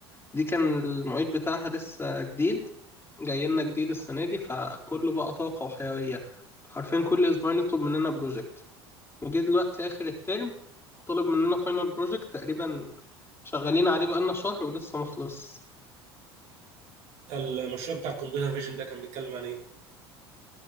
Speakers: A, on the left (about 20°); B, on the right (about 55°).
A: دي كان المعيد بتاعها لسه جديد جاي لنا جديد السنة دي فكله بقى طاقة وحيوية حرفيا كل أسبوعين يطلب مننا بروجكت وجه دلوقتي آخر الترم طلب مننا فاينل بروجكت تقريبا شغالين عليه بقالنا شهر ولسه مخلص
B: المشروع بتاع الكمبيوتر فيجن ده كان بيتكلم عن ايه